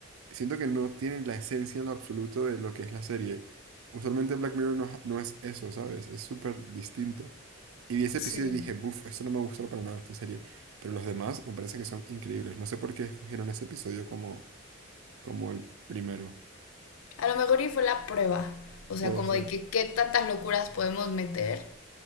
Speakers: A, on the right; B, on the left.
A: Siento que no tiene la esencia en lo absoluto de lo que es la serie. Usualmente Black Mirror no, no es eso, ¿sabes? Es súper distinto. Y vi ese
B: Sí.
A: episodio y dije, buf, esto no me gustó para nada, esta serie. Pero los demás me parece que son increíbles. No sé por qué escogieron ese episodio como, como el primero.
B: A lo mejor y fue la prueba. O
A: Puede
B: sea, como
A: ser.
B: de que qué tantas locuras podemos meter